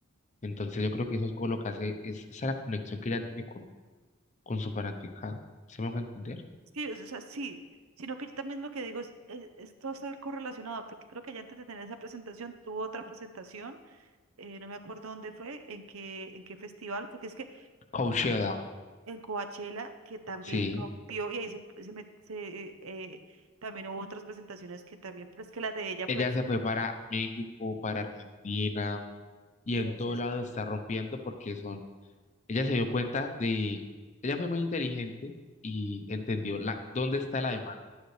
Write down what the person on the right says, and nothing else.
Sí, o sea, sí, sino que yo también lo que digo es, es, es todo está correlacionado, porque creo que ya antes de tener esa presentación tuvo otra presentación, eh, no me acuerdo dónde fue, en qué, en qué festival, porque es que
en Coachella, que también
rompió, y ahí se, se, met- se, eh, eh, también hubo otras presentaciones que también, pero es que las de ella,
pues,
y
es
eso,